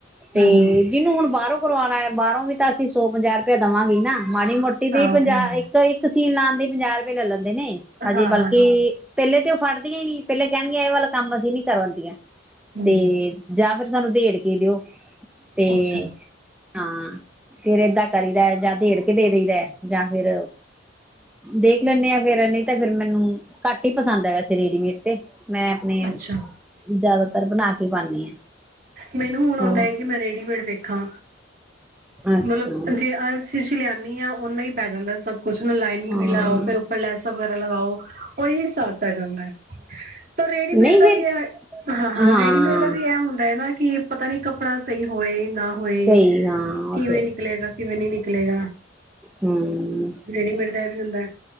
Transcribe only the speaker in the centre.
ਤੇ
ਜਿਹਨੂੰ ਹੁਣ ਬਾਹਰੋਂ ਕਰਵਾਉਣਾ ਐ, ਬਾਹਰੋਂ ਵੀ ਤਾਂ ਅਸੀਂ ਸੌ ਪੰਜਾਹ ਰੁਪਇਆ ਦਵਾਂਗੀ ਨਾ। ਮਾੜੀ ਮੋਟੀ
ਦੇ
ਪੰਜਾਹ,
ਇੱਕ ਇੱਕ ਸੀਨ ਲਾਉਣ ਦੇ ਪੰਜਾਹ ਰੁਪਏ ਲੈ ਲੈਂਦੇ ਨੇ, ਹਜੇ
ਬਲਕਿ
ਪਹਿਲੇ ਤੇ ਉਹ ਫੜਦੀਆਂ ਈ ਨੀ ਪਹਿਲੇ ਕਹਿਣਗੀਆ ਇਹ ਵਾਲਾ ਕੰਮ ਅਸੀਂ ਨੀ ਕਰਾਂਦੀਆ।
ਤੇ
ਜਾਂ ਫੇਰ ਸਾਨੂੰ ਦੇੜ ਇਹ ਦਿਓ ਤੇ,
ਹਾਂ ਫੇਰ ਏਦਾਂ ਕਰੀਦਾ ਐ ਜਾਂ ਦੇੜ ਕੇ ਦੇ ਦੇਈਦਾ ਐ, ਜਾਂ ਫੇਰ, ਦੇਖ ਲੈਂਨੇ ਆ ਫੇਰ ਨਹੀਂ ਤਾਂ ਫੇਰ ਮੈਨੂੰ ਘੱਟ ਹੀ ਪਸੰਦ ਹੈ, ਵੈਸੇ ਰੇਡੀਮੇਡ। ਤੇ ਮੈਂ ਆਪਣੇ
ਜ਼ਿਆਦਾਤਰ ਬਣਾ ਕੇ ਪਾਉਂਦੀ
ਹਾਂ।
ਅੱਛਾ
ਹਾਂ
ਨਹੀਂ
ਫਿਰ
ਹਾਂ
ਸਹੀ ਹਾਂ
ਉਹ ਤੇ
ਹਮ